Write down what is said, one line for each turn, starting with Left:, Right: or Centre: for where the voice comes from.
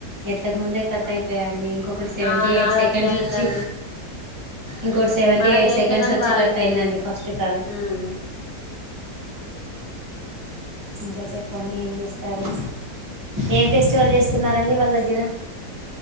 Right: ఎత్తకముందే కట్ అయిపోయిడి ఇంకొకటి సెవెంటీ
Left: ఆ
Right: ఎయిట్
Left: నాది
Right: సెకండ్స్
Left: అట్నే అయిందండి
Right: వచ్చి ఇంకోటి సెవెంటీ
Left: మనం
Right: ఎయిట్
Left: చేసినా
Right: సెకండ్స్
Left: గాని
Right: వచ్చి
Left: వాళ్ళు
Right: కట్
Left: ఎత్తలేదు
Right: అయిందండి ఫస్ట్ కాల్
Left: ఉమ్
Right: ఇంకా చెప్పండి ఏం చేస్తారు ఏం ఫెస్టివల్ చేస్తున్నారండి వాళ్ళ దగ్గర